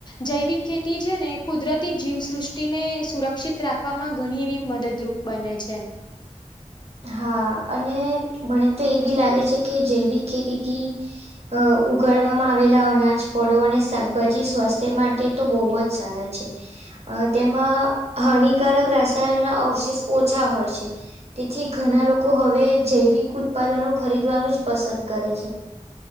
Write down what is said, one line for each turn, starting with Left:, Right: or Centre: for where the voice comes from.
Left: જૈવિક ખેતી છે ને કુદરતી જીવસૃષ્ટિને સુરક્ષિત રાખવામાં ઘણી એવી મદદરૂપ બને છે.
Right: હા અને મને તો એ બી લાગે છે કે જૈવિક ખેતીથી અહ ઉગાડવામાં આવેલા અનાજ ફળો અને શાકભાજી સ્વાસ્થ્ય માટે તો બહુ જ સારા છે. અહ તેમાં હાનિકારક રાસાયણ અવશેષ ઓછા હોય છે. તેથી ઘણા લોકો હવે જૈવિક ઉત્પાદનો ખરીદવાનું જ પસંદ કરે છે.